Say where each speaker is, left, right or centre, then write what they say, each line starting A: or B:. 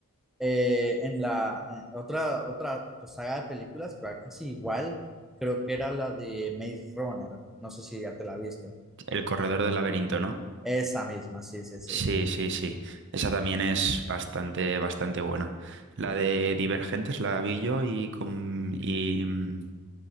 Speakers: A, in the centre; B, on the right (about 55°).
A: Eh, en la en otra, otra pues, saga de películas que va casi igual, creo que era la de Maze Runner, no sé si ya te la viste.
B: El Corredor del Laberinto, ¿no?
A: Esa misma, sí, sí, sí.
B: Sí, sí, sí. Esa también es bastante, bastante buena. La de Divergentes la vi yo y con y mm,